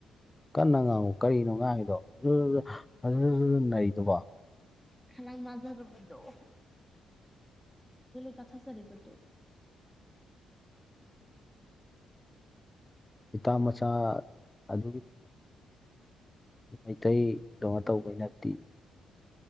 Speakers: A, on the left (about 20°); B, in the centre.
A: ꯀꯟꯅ ꯉꯥꯡꯉꯨ ꯀꯔꯤꯅꯣ ꯉꯥꯡꯉꯗꯣ ꯑꯗꯨ ꯅꯩꯗꯨꯕꯣ
B: ꯈ ꯅꯖꯔꯗꯣ ꯆꯥꯊ ꯆꯥꯔꯕꯗꯨꯣ
A: ꯏꯇꯥ ꯃꯆꯥ ꯑꯗꯨꯒꯤ ꯃꯤꯇꯩ ꯀꯩꯅꯣ ꯇꯧꯕꯒꯤ ꯅꯠꯇꯦ